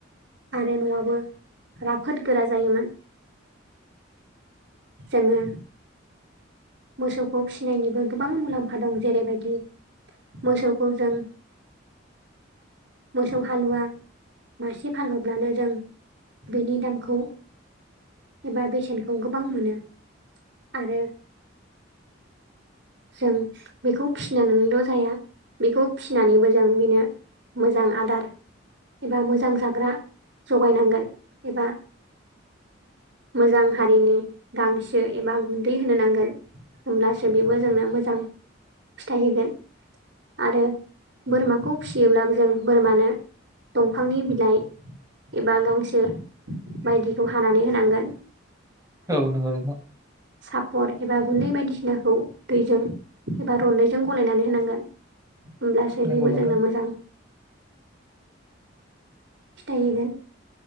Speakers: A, on the right (about 60°); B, on the right (about 15°).
A: आरो न'आबो राफोद गोरा जायोमोन। जोङो मोसौखौ फिसिनायनिबो गोबां मुलाम्फा दं जेरैबायदि मोसौखौ जों मोसौ हालुवा मासे फानहरब्लानो जों बेनि दामखौ एबा बेसेनखौ गोबां मोनो आरो जों बेखौ फिसिनानैल' जाया, बेखौ फिनानैबो जों बेनो मोजां आदार एबा मोजां जाग्रा जगायनांगोन एबा मोजां हारिनि गांसो एबा गुन्दै होनो नांगोन होमब्लासो बेबो जोंनो मोजां फिथाइ होगोन। आरो बोरमाखौ फिसियोब्लाबो जों बोरमानो दंफांनि बिलाइ एबा गांसो बायदिखौ हानानै होनांगोन।
B: औ नंगौ नोंथां।
A: साफर एबा गुन्दै बायदिसिनाखौ दैजों एबा रन्दैजों गलायनानै होनांगोन, होमब्लासो
B: नंगौ
A: बेबो
B: नोंथां
A: जोंनो मोजां फिथाइ होगोन।